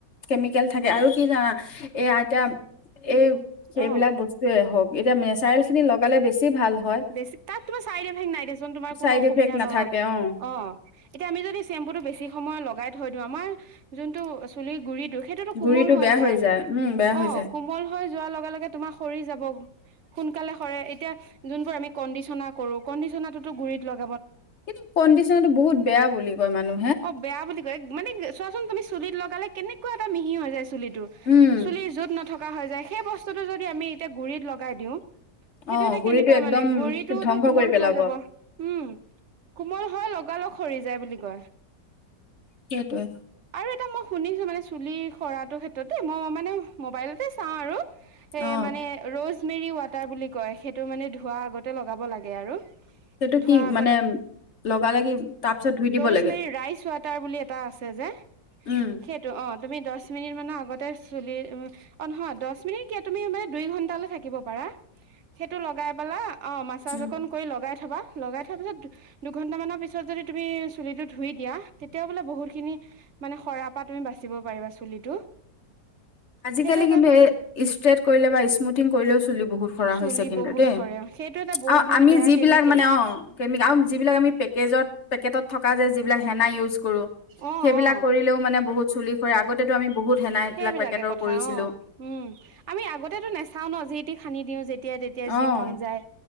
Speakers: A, on the left; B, on the right.
A: কেমিকেল থাকে আৰু কি জানা এ আইতা। এই সেইবিলাক
B: অ
A: বস্তুৱে হওক। এতিয়া নেচাৰল খিনি লগালে বেছি ভাল। হয়
B: বেছি তাত তোমাৰ চাইড এফেকট নাই দেচোন তোমাৰ
A: চাইড
B: কোনো অসুবিধা
A: ইফেক্ট নাথাকে
B: নহয়,
A: অ
B: অৱ এতিয়া আমি যদি চেম্পুটো বেছি সময়ত লগাই থৈ আমাৰ যোনটো চুলিৰ গুৰিটো সেইটোত' কোমল
A: গুৰিটো
B: হৈ
A: বেয়া
B: যায়।
A: উম বেয়া হৈ
B: অঁ
A: যায়
B: কোমল হৈ যোৱাৰ লগে লগে তোমাৰ সৰি যাব সোনকালে সৰে এতিয়া যোনবোৰ আমি কণ্ডিচনাৰ কৰো কণ্ডিচনাটো গুৰিত লগ
A: কিন্তু কণ্ডিশ্যনাৰ টো বহুত বেয়া বুলি কয় মানুহ
B: অ বেয়া বুলি কয় মানে চোৱাচোন তুমি চুলিত লগালে কেনেক একে এটা মিহি হৈ যাই আছে। চুলি টো
A: উম
B: চুলি যো'ত নথকা হৈ যায়। সেই বস্তুটো যদি আমি এতিয়া গুৰিত লগাই দিওঁ। সেইটো
A: অ
B: এতিয়া
A: গুৰিটো
B: কেনেকুৱা
A: একদম
B: মানে গুৰিটোতো
A: ধ্বংস
B: কোমল
A: কৰি পেলাব
B: হৈ যাব উম, কোমল হৈ লগালগ সৰি যায় বুলি কয়।
A: সেইটোৱে।
B: আৰু এটা মই শুনিছোঁ মানে চুলি সৰাটোৰ ক্ষেত্ৰতে দেই মই মানে মোবাইলতে চাওঁ আৰু। এ
A: অ
B: মানে ৰ'জ মেৰী ৱাটাৰ বুলি কয় সেইটো মানে ধোৱা আগতে লগাব লাগে আৰু।
A: সেইটো
B: ধোৱা
A: কি
B: আগত
A: মানে লগালেগি তাৰ পিছত ধুই দিব লাগে।
B: এ ৰাইচ ৱাটাৰ বুলি এটা আছে যে
A: উম
B: সেইতো অ' তুমি দ'চ মিনিট মানৰ আগতে চুলি অ' নহয় দচ মিনিট কিয় তুমি মানে দুই ঘণ্টালৈ থাকিব পাৰা। সেইটো লগাই পেলাই অ' মাছাজ
A: উম
B: অকন কৰি লগাই থ থবা লগাই থোৱা পিছত দুঘন্টা মানৰ পিছত যদি তুমি চুলিটো ধুই দিয়া। তেতিয়াও বোলে বহুত খিনি মানে সৰা পৰা তুমি বাচিব পাৰিবা চুলিটো।
A: আজিকালি
B: সেইটো এটা
A: কিন্তু এ ষ্ট্ৰেট কৰিলে বা স্মুথিং কৰিলেও চলিব। বহুত সৰা
B: চুলি
A: হৈছে কিন্তু
B: বহুত
A: দেই।
B: সৰে সেইটো এটা বহুত
A: আৰু
B: মানে
A: আমি
B: বেয়া
A: যিবিলাক
B: কেমিকেল
A: মানে অ যিবিলাক আমি পেকজেত। থকা যে যিবিলাক হেনা ইউজ। কৰো
B: অ
A: সেইবিলাক
B: অ
A: কৰিলেও মানে বহুত চুলি। হয় আগতেটো আমি বহুত হেনা সেইবিলাক।
B: সেইবিলাকে
A: পেকেটৰ
B: কথা
A: কৰিছিলো।
B: অ' উম আমি আগতেতো নাচাও ন যি তি। সানি দিও যেতিয়া। তেতিয়া তেতিয়া
A: অ',
B: যি মন যায়।